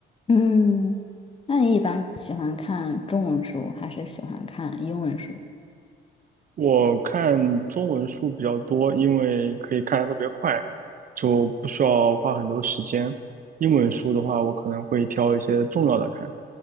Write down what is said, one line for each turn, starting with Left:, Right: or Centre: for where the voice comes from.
Left: 嗯 <laughs>，那你一般喜欢看中文书，还是喜欢看英文书？
Right: 我看中文书比较多，因为可以看的特别快，就不需要花很多时间。英文书的话，我可能会挑一些重要的看。